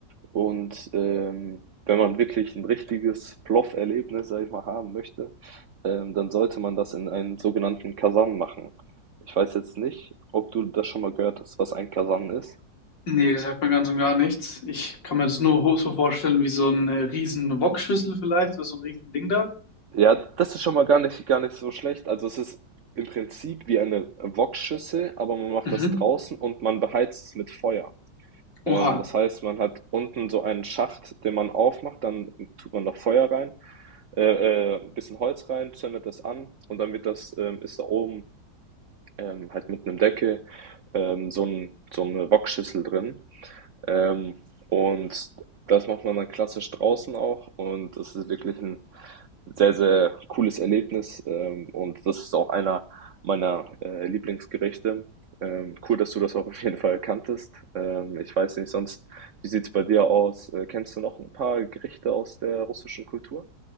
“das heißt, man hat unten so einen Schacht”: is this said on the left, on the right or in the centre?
Right